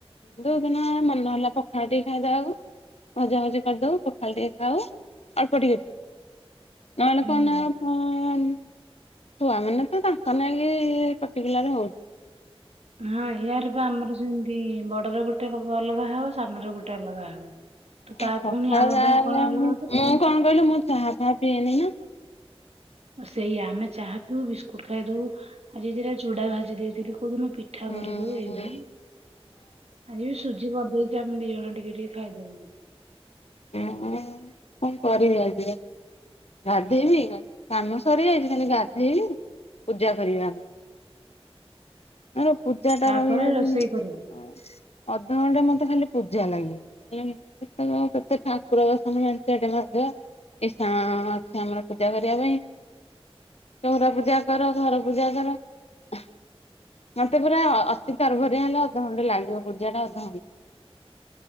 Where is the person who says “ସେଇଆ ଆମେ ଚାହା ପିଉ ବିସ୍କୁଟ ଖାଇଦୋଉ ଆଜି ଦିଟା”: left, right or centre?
Right